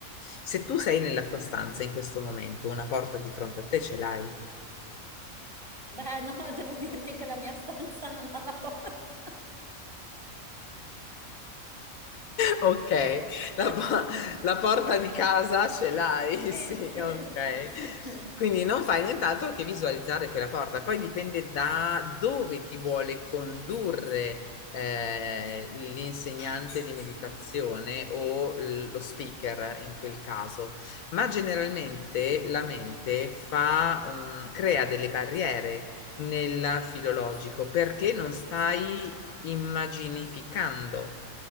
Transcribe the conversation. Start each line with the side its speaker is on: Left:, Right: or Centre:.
Left: Se tu sei nella tua stanza in questo momento, una porta di fronte a te ce l'hai?
Right: Beh, no, devo dirti che la mia stanza non ha la porta.
Left: Ok,
Right: <laughs>
Left: la, po- la porta di casa ce l'hai,
Right: Sì,
Left: <laughs> sì,
Right: sì,
Left: ok.
Right: sì.
Left: Quindi non fai nient'altro che visualizzare quella porta. Poi dipende da dove ti vuole condurre eh, l'insegnante di meditazione o l- lo speaker in quel caso. Ma generalmente la mente fa un- crea delle barriere nel filologico perché non stai immaginificando.